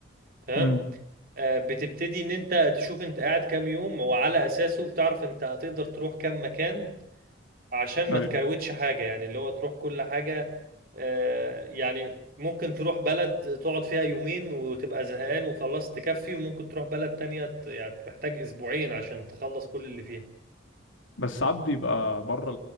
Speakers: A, on the right; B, on the left.
A: تمام
B: امم
A: آه، بتبتدي ان انت تشوف انت قاعد كام يوم وعلى اساسه بتعرف انت هتقدر تروح كام مكان عشان
B: ايوه
A: ما تكروتش حاجة يعني اللي هو تروح كل حاجة آه، يعني ممكن تروح بلد تقعد فيها يومين وتبقى زهقان وخلاص تكفي وممكن تروح بلد تانية ت- يعني محتاج أسبوعين عشان تخلص كل اللي فيها
B: بس ساعات بيبقى بره